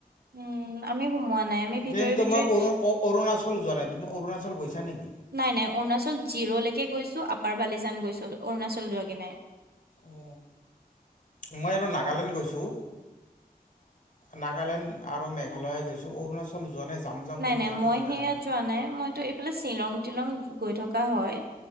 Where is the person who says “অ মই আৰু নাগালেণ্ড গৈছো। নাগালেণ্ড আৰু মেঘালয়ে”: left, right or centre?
Left